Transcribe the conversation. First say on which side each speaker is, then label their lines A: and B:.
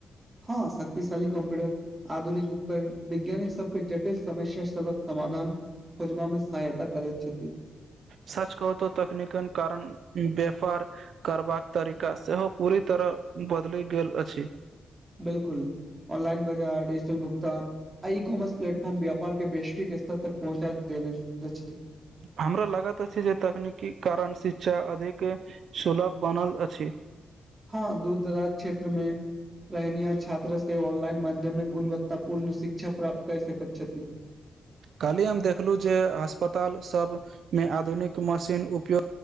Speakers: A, on the right; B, on the right.
A: हँ शक्तिशाली कम्प्यूटर आधुनिक उपकरण वैज्ञानिक सबके जटिल समस्या सबक समाधान खोजबामे सहायता करैत छथि
B: सच कहू तऽ तकनीकन कारण व्यापार करबाक तरीका सेहो पूरी तरह बदलि गेल अछि
A: बिलकुल ऑनलाइन बाजार डिजिटल भुगतान आ ईकॉमर्स प्लेटफॉर्म व्यापार के वैश्विक स्तर तक पहुँचा देने अछि
B: हमरा लागत अछि जे तकनीकीक कारण शिक्षा अधिक सुलभ बनल अछि
A: हँ दूर दराज क्षेत्रमे रहनियार छात्र से ऑनलाइन माध्यमे गुणवत्ता पूर्ण शिक्षा प्राप्त कैर सकैत छथि
B: कालहि हम देखलु जे अस्पताल सब मे आधुनिक मशीन उपयोग